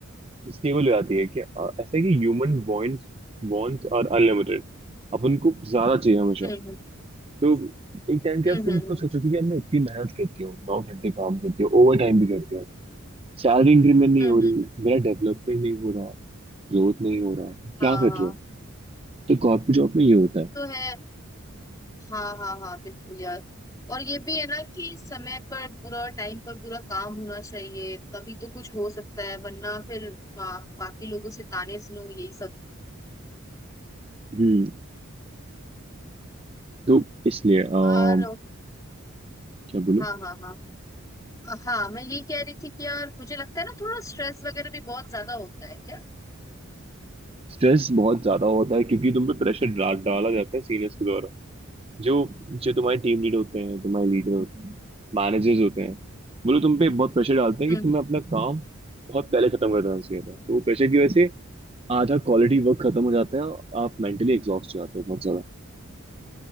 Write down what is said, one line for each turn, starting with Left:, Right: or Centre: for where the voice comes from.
Right: स्टेबल हो जाती है कि अ, ऐसा है कि human wants wants are unlimited अपन को ज्यादा चाहिए हमेशा
Left: हम्म
Right: तो एक टाइम के
Left: हम्म
Right: आप तुम
Left: हम्म हम्म
Right: खुद सोचो कि यार मैं इतनी मेहनत करती हूँ नौ घंटे काम करती हूँ ओवर टाइम भी करती हूँ सैलरी इंक्रीमेंट नहीं
Left: हम्म,
Right: हो रही
Left: हम्म, हम्म, हम्म।
Right: मेरा डेवलपमेंट नहीं हो रहा ग्रोथ नहीं हो रहा क्या
Left: हाँ हाँ
Right: कर
Left: हाँ।
Right: रहे हो तो कॉर्पोरेट जॉब में ये होता है
Left: तो है हाँ हाँ हाँ बिल्कुल यार और ये भी है ना कि समय पर पूरा टाइम पर पूरा काम होना चाहिए तभी तो कुछ हो सकता है वरना फिर बा, बाकी लोगों से ताने सुनो यही सब
Right: हम्म तो इसलिए अम,
Left: हाँ
Right: क्या बोलूं
Left: हाँ हाँ हाँ हाँ मैं ये कह रही थी कि यार मुझे लगता है ना थोड़ा स्ट्रेस वगैरह भी बहुत ज्यादा होता है क्या
Right: स्ट्रेस बहुत ज्यादा होता है क्योंकि तुम पे प्रेशर डाल डाला जाता है सीनियर्स के द्वारा जो जो तुम्हारे टीम लीड होते हैं तुम्हारे लीडर होते हैं मैनेजर्स होते हैं वो लोग तुम पे बहुत प्रेशर डालते हैं
Left: हम्म
Right: कि तुम्हें अपना काम बहुत पहले खत्म कर देना चाहिए था तो वो प्रेशर की वजह से आधा क्वालिटी वर्क खत्म हो जाता है और आप मेंटली एग्जॉस्ट हो जाते हो बहुत ज्यादा